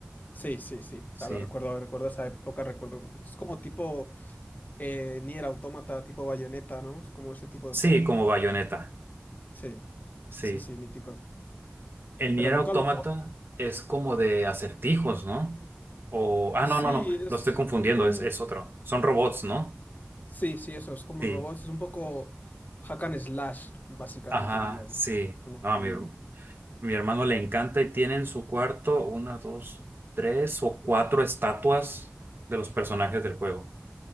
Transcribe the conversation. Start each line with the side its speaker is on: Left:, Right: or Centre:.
Left: Sí, sí, sí. O
Right: sí,
Left: sea, lo recuerdo, lo recuerdo esa época, recuerdo. Es como tipo eh, Nier Automata, tipo Bayonetta, ¿no? Es como ese tipo de
Right: sí,
Left: juego.
Right: como bayoneta,
Left: Sí,
Right: sí.
Left: sí, sí, mítico.
Right: El
Left: Pero
Right: Nier
Left: nunca
Right: Automata
Left: lo he jugado.
Right: es como de acertijos, ¿no? O. Ah,
Left: Sí,
Right: no, no, no.
Left: es,
Right: Lo estoy confundiendo.
Left: es como
Right: Es,
Left: un...
Right: es otro. Son robots, ¿no?
Left: Sí, sí, eso, es como
Right: Sí.
Left: un robot, es un poco hack and slash, básicamente
Right: Ajá,
Left: diría yo.
Right: sí.
Left: No
Right: No, a
Left: tiene...
Right: mi, mi hermano le encanta y tiene en su cuarto una, dos, tres o cuatro estatuas de los personajes del juego.